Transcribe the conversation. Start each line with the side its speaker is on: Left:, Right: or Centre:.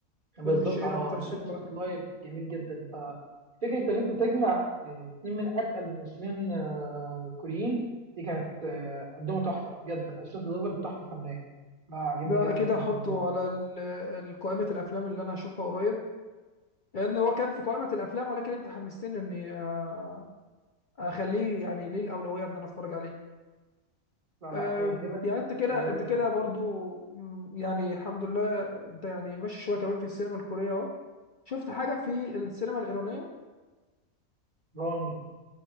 Right: بالظبط
Left: فيلم الشهير
Right: اه
Left: أبيتر
Right: ميتا
Left: سويت
Right: سويت
Left: لايف
Right: لايف جميل جدا ففكره ان انت تجمع آه، اتنين من اتقل الممثلين آه، كوريين دي كانت آه، قدموا تحفه بجد الشوت ليفل تحفه فنيه لا عجبني
Left: ده
Right: جدا
Left: اكيد
Right: جدا
Left: هحطه
Right: جدا
Left: على ال- ال- قائمة الافلام اللي انا هشوفها قريب لان هو كان في قائمة الافلام ولكن انت حمستني اني آه، اخليه يعني ليه الاولوية ان انا اتفرج عليه
Right: لا لا
Left: آه،
Right: هيعجبك
Left: يعني انت كده
Right: هيعجبك
Left: انت كده
Right: قوي
Left: برضو مم، يعني الحمد لله انت يعني ماشي شوية كمان في السينما الكورية اهو شفت حاجة في السينما الإيرانية
Right: راني